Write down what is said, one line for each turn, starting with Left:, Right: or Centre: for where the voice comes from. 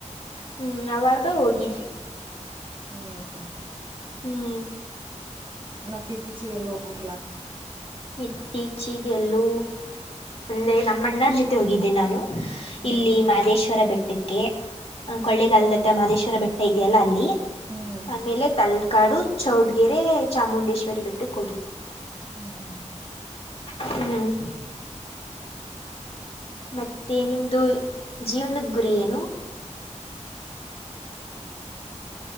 Left: ಹ್ಮ್ ಅವಾಗ ಹೋಗಿದ್ವಿ.
Right: ಹ್ಮ್ ಹ್ಮ್
Left: ಹ್ಮ್
Right: ಮತ್ತೆ ಇತ್ತೀಚಿಗೆ ಎಲ್ಲೂ ಹೋಗಿಲ್ಲ.
Left: ಇತ್ತೀಚಿಗೆ ಎಲ್ಲೂ ಒಂದೆ ನಮ್ಮಣ್ಣಾರ್ ಜೊತೆ ಹೋಗಿದ್ದೆ ನಾನು.
Right: ಹ್ಮ್
Left: ಇಲ್ಲಿ ಮಹದೇಶ್ವರ ಬೆಟ್ಟಕ್ಕೆ ಕೊಳ್ಳೆಗಾಲದ ಹತ್ರ ಮಾದೇಶ್ವರ ಬೆಟ್ ಇದೆಯಲ್ಲ ಅಲ್ಲಿ.
Right: ಹ್ಮ್
Left: ಆಮೇಲೆ ತಲ್ಕಾಡು ಚೌಡ್ಗೆರೆ ಚಾಮುಂಡೇಶ್ವರಿ ಬೆಟ್ಟಕ್ ಹೋಗಿದ್ವಿ.
Right: ಹ್ಮ್ ಹ್ಮ್
Left: ಹ್ಮ್ ಮತ್ತೆ ನಿಮ್ದು ಜೀವನದ ಗುರಿ ಏನು.
Right: ಹ